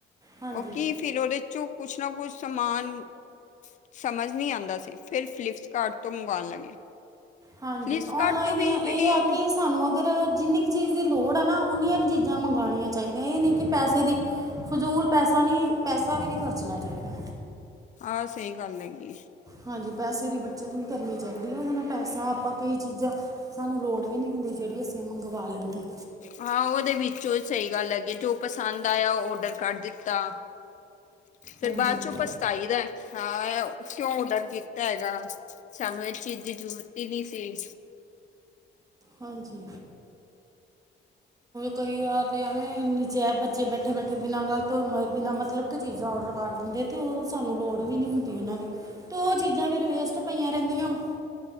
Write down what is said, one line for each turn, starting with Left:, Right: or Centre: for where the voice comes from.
Right: ਹਾਂਜੀ
Left: ਓ ਕੀ। ਫਿਰ ਓਦੇ ਚੋਂ ਕੁਛ ਨਾ ਕੁਛ ਸਮਾਨ। ਸਮਜ਼ ਨੀ ਆਂਦਾ ਸੀ। ਫਿਰ ਫਲਿੱਪਕਾਰਟ ਤੋਂ ਮੰਗਾਂਨ ਲੱਗੇ।
Right: ਹਾਂਜੀ,
Left: ਫਲਿੱਪਕਾਰਟ
Right: ਔਨਲਾਈਨ
Left: ਤੋਂ ਵੀ
Right: ਏਹ
Left: ਬਈ
Right: ਆ ਕਿ। ਤਾਂਨੂੰ ਅਗਰ ਜਿੰਨੀ ਕੁ ਚੀਜ਼ ਦੀ ਲੋੜ ਹੈ ਨਾ ਉਨੀਆਂ ਕੁ ਚੀਜ਼ਾਂ ਮੰਗਾਂਨੀਆ ਚਾਹੀਦੀਆਂ। ਏਹ ਨਹੀਂ ਕਿ ਪੈਸੇ ਦੀ। ਫਜੂਲ ਪੈਸਾ ਨੀ ਪੈਸਾ ਵੀ ਨਹੀਂ ਖਰਚਣਾ ਚਾਇਦਾ।
Left: ਹਾਂ ਸਹੀ ਗੱਲ ਹੈਗੀ।
Right: ਹਾਂਜੀ, ਪੈਸੇ ਦੀ ਬੱਚਤ ਵੀ ਕਰਨੀ ਚਾਇਦੀ ਏ। ਨਾ ਪੈਸਾ ਆਪਾਂ ਕਈ ਚੀਜ਼ਾਂ। ਸਾਨੂੰ ਲੋੜ ਵੀ ਨਹੀਂ ਹੁੰਦੀ ਜੇੜੀ ਅਸੀਂ ਮੰਗਵਾ ਲੈਂਦੇ ਆਂ।
Left: ਹਾਂ, ਉਦੇ ਵਿੱਚੋਂ ਸਹੀ ਗੱਲ ਹੈਗੀ। ਜੋ ਪਸੰਦ ਆਯਾ ਓਡਰ ਕਰ ਦਿੱਤਾ। ਫੇਰ
Right: ਹਾਂਜੀ
Left: ਬਾਦ ਚੋਂ ਪਛਤਾਈ ਦਾ। ਹਾਂ ਕਿਉਂ ਔਡਰ ਕੀਤਾ ਹੈਗਾ। ਸਾਨੂੰ ਇਸ ਚੀਜ਼ ਦੀ ਜ਼ਰੂਰਤ ਈ ਨੀ ਸੀ।
Right: ਹਾਂਜੀ। ਕਈ ਵਾਰ ਤੇ, ਐਵੇਂ ਜੈ ਬੱਚੇ ਬੈਠੇ-ਬੈਠੇ ਬਿਨਾਂ ਗਲ ਤੋਂ ਬਿਨਾਂ ਮ। ਗਲਤ ਚੀਜ਼ਾਂ ਓਡਰ ਕਰ ਦਿੰਦੇ। ਅਤੇ ਉਹ ਸਾਨੂੰ ਲੋੜ ਵੀ ਨਹੀਂ ਹੁੰਦੀ ਓਨਾਂ ਦੀ। ਤੇ ਓਹ ਚੀਜ਼ਾਂ ਫੇਰ ਵੇਸਟ ਪਈਆਂ ਰੈਦੀਆਂ ਵਾ।